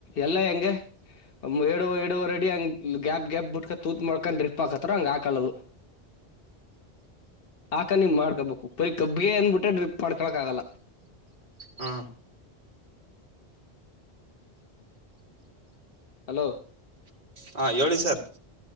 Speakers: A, on the left; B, on the right.
A: ಎಲ್ಲ ಹೆಂಗಗೆ ಏಡು ಏಡುವರೆ ಅಡಿ ಹಂಗ್ ಗ್ಯಾಪ್ ಗ್ಯಾಪ್ ಬಿಟ್ಕ ತೂತ್ ಮಾಡ ಅಕ್ಕಂಡ ್ರಿಪ್ ಪಾಕ ಹತ್ರ ಹಂಗ ಹಾೊಳ್ಳೋದು ಆಕ ನೀ್ ಮಾಡ್ಕಬಬೇಕು ಪರಿ ಕಬ್ಬಗೆೇ ಅಂದಬಿಟ್ಟೆ ಡ್ರಿಪ್ ಮಾಡ್ಕೊಕಕ್ಾಗಲ್ಲ
B: ಹ್ಮ
A: ಹಲೋ
B: ಹಾ ಹೇಳಿ ಸರ್